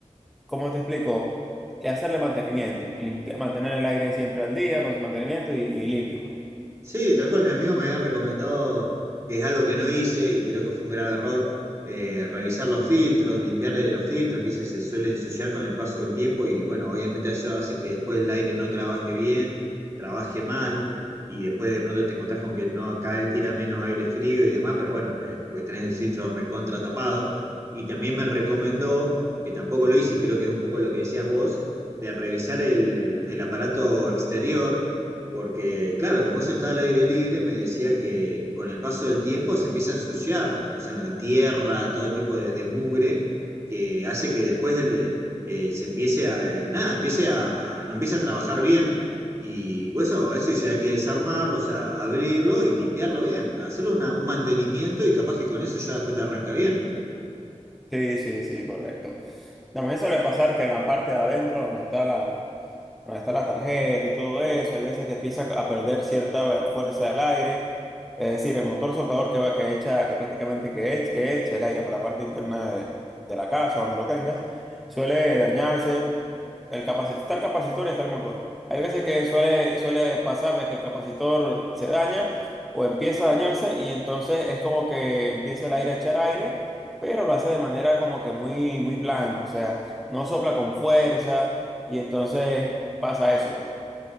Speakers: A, in the centre; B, on the right.
A: ¿cómo te explico? Le- Hacerle mantenimiento, limpia- mantener el aire siempre al día con su mantenimiento y, y limpio, pues.
B: Sí, tal cual, mi amigo me había recomendado, que es algo que no hice y creo que fue un grave error, eh, revisar los filtros, limpiarle los filtros, que se, se suele ensuciar con el paso del tiempo y bueno, obviamente eso hace que después el aire no trabaje bien, trabaje mal y después de pronto te encontrás con que no, cada vez tira menos aire frío y demás, pero bueno, eh, porque tenés el filtro recontra tapado. Y también me recomendó, que tampoco lo hice y creo que es un poco lo que decías vos, de revisar el el aparato exterior porque, claro, como eso está al aire libre, me decía que con el paso del tiempo se empieza a ensuciar, o sea, tierra, todo tipo de, de mugre, que hace que después el de- eh, se empiece a, eh, nada, empiece a, no empiece a trabajar bien. Y bueno, eso, eso sí hay que desarmarlo, o sea, abrirlo y limpiarlo bien, hacerle una- un mantenimiento y capaz que con eso ya después te arranca bien.
A: Sí, sí, sí, correcto. También suele pasar que la parte de adentro, donde está la, donde está la tarjeta y todo eso, hay veces que empieza a perder cierta fuerza del aire, es decir, el motor soplador que va, que echa, que prácticamente que ech- echa el aire para la parte interna de, de la casa, donde lo tengas, suele dañarse, el capacitor, está el capacitor y está el motor. Hay veces que suele, suele pasar de que el capacitor se daña o empieza a dañarse y entonces es como que empieza el aire a echar aire, pero lo hace de manera como que muy, muy blanda, o sea, no sopla con fuerza y entonces pasa eso, pues.